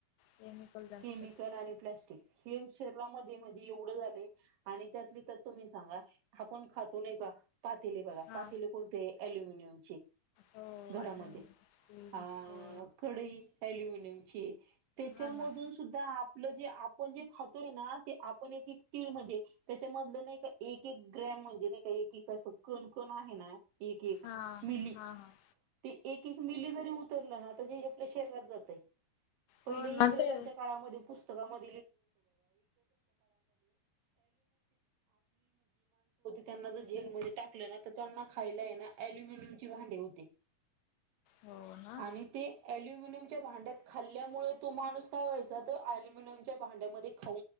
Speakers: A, on the left; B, on the right.
A: केमिकल जास्त
B: केमिकल आणि प्लास्टिक हे. शरीरामध्ये म्हणजे एवढ झालय आणि त्यात तर तुम्ही सांगा आपण खातो नाही का. पातीलले बघा
A: हा
B: पातेले कोणते अल्युमिनियम.
A: हो
B: घरामध्ये
A: आयला स्कूल
B: अ
A: हो
B: कढई अल्युमिनियमची. त्याच्यामध्ये.
A: हा ना
B: ा आपलं जे आपण जे खातोय ना ते आपण एक एक तीळ म्हणजे त्याच्यामधलं नाही. एक एक ग्रॅम म्हणजे नाही का एक एक असं कणकण आहे ना एक एक
A: हा
B: मिली.
A: हा हा
B: ते एक एक मिली जरी उतरलं ना तर आपल्या शरीरात जातय पहिले
A: हो
B: इंग्रजांच्या
A: ना ते
B: काळामध्ये पुस्तक आप माण त्यांना ज जेलमध्ये टाकले ना तर त्यांना खायला ये ना अल्युमिनियमची भांडे होते
A: हो ना
B: आणि तेल अलुमियमच्या भांड्यात खाल्ल्यामुळे तो माणूस काय व्हायचा तो अलुमिनियमच्या भांड्यामध्ये खऊ